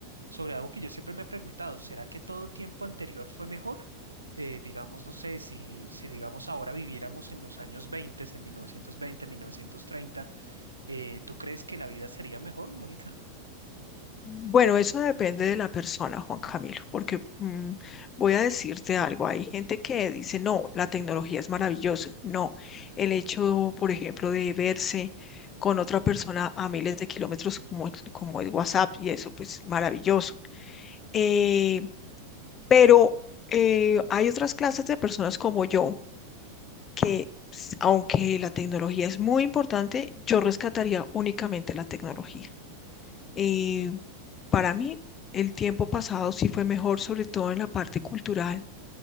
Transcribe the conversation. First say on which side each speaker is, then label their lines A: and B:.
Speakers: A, on the right; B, on the left.
A: sobre algo que yo siempre me he preguntado, ¿será que todo tiempo anterior fue mejor? Eh, digamos, no sé, si, si digamos ahora viviéramos en los años 20, en 1920, 1930, eh, ¿tú crees que la vida sería mejor, Mónica?
B: Bueno, eso depende de la persona, Juan Camilo, porque mm, voy a decirte algo. Hay gente que dice, no, la tecnología es maravillosa. No, el hecho, por ejemplo, de verse con otra persona a miles de kilómetros como, el- como el WhatsApp y eso, pues maravilloso. Eh, pero eh, hay otras clases de personas como yo que, s- aunque la tecnología es muy importante, yo rescataría únicamente la tecnología. Eh, para mí, el tiempo pasado sí fue mejor, sobre todo en la parte cultural,